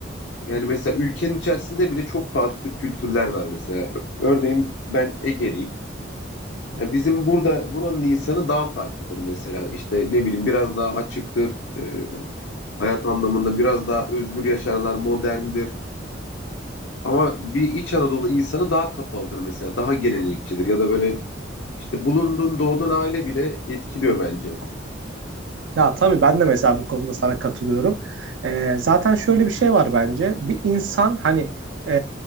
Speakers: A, on the left (about 75°); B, on the right (about 70°).
A: yani mesela ülkenin içerisinde bile çok farklı kültürler var mesela. Örneğin ben Ege'liyim. Yani bizim burada buranın insanı daha farklıdır mesela. İşte ne bileyim biraz daha açıktır. E, hayat anlamında biraz daha özgür yaşarlar, moderndir. Ama bir İç Anadolu insanı daha kapalıdır mesela, daha gelenekçidir ya da böyle işte bulunduğun, doğduğun aile bile etkiliyor bence.
B: Ya tabii ben de mesela bu konuda sana katılıyorum. Ee, zaten şöyle bir şey var bence. Bir insan hani e,